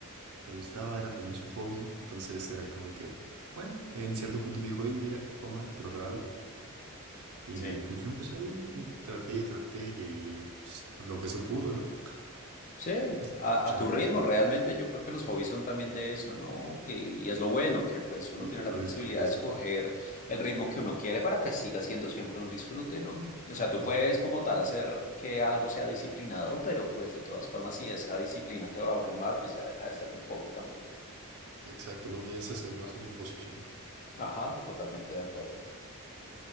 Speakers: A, on the right (about 75°); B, on the left (about 35°).
A: le gustaba, era también su hobby, entonces era como de que, bueno, en cierto punto me dijo, oye, mira, toma, te lo regalo. Y
B: sí.
A: pues yo empecé ahí, y traté, traté y, y, pues lo que se pudo, ¿no?
B: Sí, a,
A: Emocionante.
B: a tu ritmo realmente. Yo creo que los hobbies son también de eso, ¿no? Que, y es lo bueno, que pues uno
A: Y
B: tiene
A: que
B: la
A: lo
B: flexibilidad
A: disfrutes,
B: de escoger
A: ¿no?
B: el ritmo que uno quiere para que siga siendo siempre un disfrute, ¿no? O sea, tú
A: Ex-
B: puedes como tal hacer que algo sea disciplinado, pero pues de todas formas, si esa disciplina te va a abrumar, pues ya deja de ser un hobby también.
A: Exacto, comienza a ser más una imposición.
B: Ajá, totalmente de acuerdo.